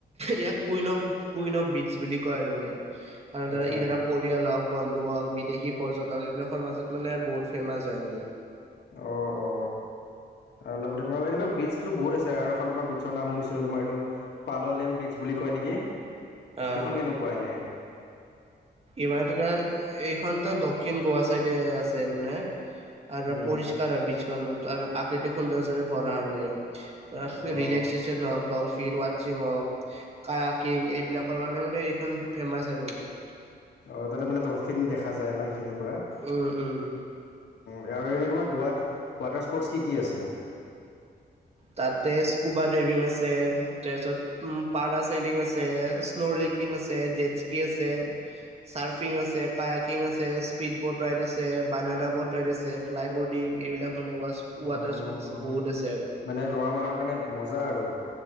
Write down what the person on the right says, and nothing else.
ইয়াক queen of queen of beach বুলি কয় আৰু মানে। আৰু
ধৰা ই ধৰক পৰিয়াল হওঁক, বন্ধু হওঁক, বিদেশী পৰ্যটক এইবিলাকৰ মাজত মানে বহুত ফেমাছ হয় আৰু।
অ
ইমান ধৰা এইখনতো দক্ষিণ গোৱা চাইডে আছে তাৰমানে আৰু
পৰিষ্কাৰ হয় বি আৰু প্ৰাকৃতিক সৌন্দৰ্যৰে ভৰা হয় মান
হওক, ডলফিন ৱচিং হওক, কা কিং এইবিলাকৰ কাৰণে মানে এইখন ফেমাছ আৰু মানে।
উম উম
তাতে স্কুবা ড্ৰাইভিং আছে, তাৰপিছত উ পাৰা চলিং আছে, স্ন' লেকিং আছে, জেচ্কি আছে, চাৰ্ফিং আছে, কায়াকিং আছে, স্পীড বট ৰাইড আছে, বানানা বট ৰাইড আছে, ফ্লাই বৰ্ডিং এইবিলাক মানে ৱাটাৰ
স্পৰ্ট আছে বহুত আছে আৰু।